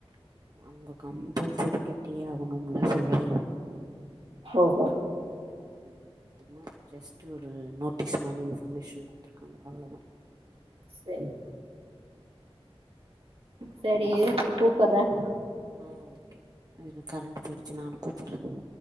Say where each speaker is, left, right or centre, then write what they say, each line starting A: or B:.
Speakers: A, on the right; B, on the right.
A: அவங்க கம்பல்சரி கட்டியே ஆவணும்னு சொல்லவே இல்லை
B: ஓஹோ
A: உம் சும்மா ஜஸ்ட்டு ஒரு நோட்டீஸ் மாதிரி இன்ஃபர்மேஷன் குடுத்துருக்காங்க அவ்வளோதான்
B: சேரி செரி இரு கூப்புறேன்
A: ஆஹ் ஓகே இரு கரண்ட் போயிடுச்சு நான கூப்பிடுறேன்